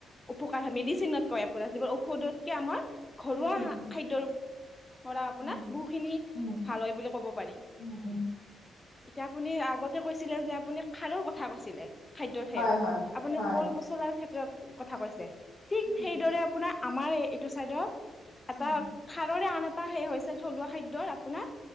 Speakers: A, on the left; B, on the left.
A: উপ মেডিচিনকৈ আপোনাৰ, ঔষধতকৈ আমাৰ ঘৰুৱা
B: উম
A: হা খাদ্যৰ আৰু আপোনাৰ,
B: উম
A: বহুখিনি
B: উম উম
A: ভাল হয় বুলি ক'ব পাৰি।
B: উম উম
A: এতিয়া আপুনি আগতে কৈছিলে যে, আপুনি খাৰৰ কথা কৈছিলে। খাদ্যৰ সেয়ত
B: হয় হয়
A: আপুনি
B: হয়
A: কল-পচলাৰ ক্ষেত্ৰত কথা কৈছে। ঠিক
B: উম
A: সেইদৰে আপোনাৰ, আমাৰ এইটো চাইডৰ এটা
B: উম
A: খাৰৰে আন এটা সেই হৈছে, থলুৱা খাদ্যৰ আপোনাৰ।